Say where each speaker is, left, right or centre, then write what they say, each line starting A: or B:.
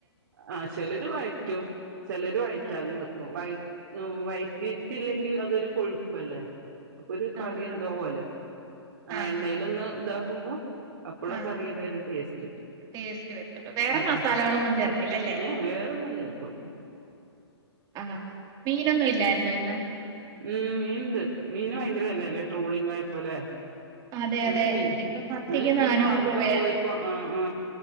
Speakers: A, on the right; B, on the right.
A: ആ ചെലര് വയറ്റും ചെലര് വയറ്റാതെയും
B: ആഹ്
A: വെക്കും വയ വയറ്റിട്ടില്ലെങ്കിൽ അതൊരു കൊഴുപ്പല്ലേ അപ്പൊരു കറി
B: ആഹ്
A: എന്തോപോലെയാകും
B: ആഹ്
A: ആ
B: ആഹ്
A: എണ്ണയിലൊന്ന് ഇതാ ക്കുമ്പോൾ അപ്പളാ
B: ആഹ്
A: കറിയുടെ ഒരു ടേസ്റ്റ് കിട്ടും
B: ടേസ്റ്റ് വരത്തുള്ളൂ വേറെ
A: ഉം
B: മസാലകളൊന്നും
A: ഉം
B: ചേർക്കില്ലല്ലേ
A: ഏ വേറൊന്നും ചേർക്കൂല്ല
B: ആഹ് മീനൊന്നും ഇല്ലായിരുന്നോ ഇന്ന്
A: ഉഉം മീൻ ഉണ്ട് മീന് ഭയങ്കര വെല അല്ലേ ട്രോളിങ് ആയിപ്പോ ഇല്ലേ
B: അതെ
A: ഇന്നലെ
B: അതെ
A: മീ
B: ഇപ്പം മത്തിക്ക്
A: ഇന്നലെ മീ
B: നാനൂറ്
A: വാങ്ങിക്കാൻ
B: രൂപയാ
A: പോയിപ്പോ ആ ആ